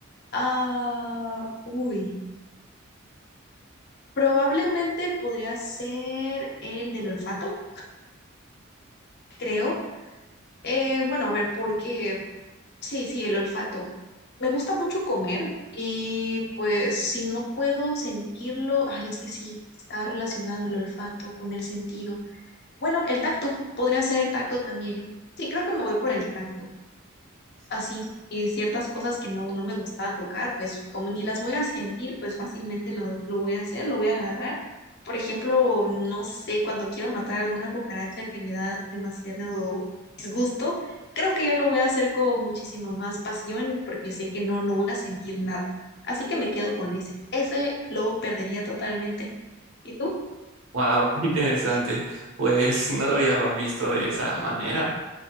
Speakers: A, on the left (about 55°); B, on the right (about 80°).
A: Ah, uy. Probablemente podría ser el del olfato, creo. Eh, bueno, a ver, porque sí, sí, el olfato. Me gusta mucho comer y pues si no puedo sentirlo, ay, es que sí, está relacionado el olfato con el sentido. Bueno, el tacto, podría ser el tacto también. Sí, creo que me voy por el tacto. así y ciertas cosas que no, no me gustaba tocar, pues como ni las voy a sentir, pues fácilmente lo, lo voy a hacer, lo voy a agarrar. Por ejemplo, no sé, cuando quiero matar alguna cucaracha que me da demasiado disgusto, creo que ya lo voy a hacer con muchísima más pasión porque sé que no, no voy a sentir nada. Así que me quedo con ese. Ese lo perdería totalmente. ¿Y tú?
B: Wow, <laughs> qué interesante. Pues no lo había visto de esa manera.